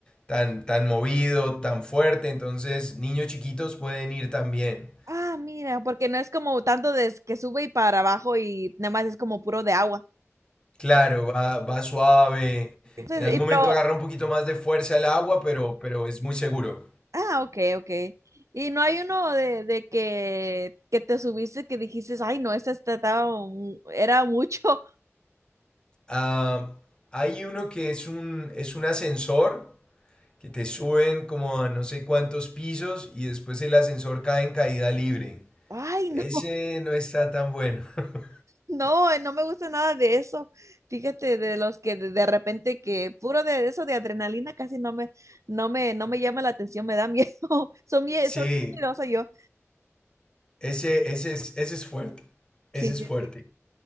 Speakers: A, on the left; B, on the right.
A: tan, tan movido, tan fuerte. Entonces, niños chiquitos pueden ir también.
B: Ah, mira, porque no es como tanto de s- que sube y para abajo y nada más es como puro de agua.
A: Claro, va, va suave.
B: Entonces,
A: En algún
B: y,
A: momento
B: pero,
A: agarra un poquito más de fuerza el agua, pero, pero es muy seguro.
B: ah, ok, ok. Y no hay uno de, de que, que te subiste que dijiste, ay, no, esta esta estaba, mu- era mucho.
A: Ah, hay uno que es un, es un ascensor que te suben como a no sé cuántos pisos y después el ascensor cae en caída libre.
B: <laughs> Ay,
A: Ese
B: no,
A: no está tan bueno. <laughs>
B: no, eh, no me gusta nada de eso. Fíjate, de los que de, de repente que puro de eso de adrenalina casi no me, no me, no me llama la atención, me da miedo. <laughs> Son mie-
A: Sí,
B: son miedosa yo.
A: ese, ese es, ese es fuerte. Ese
B: Sí,
A: es
B: sí,
A: fuerte.
B: sí.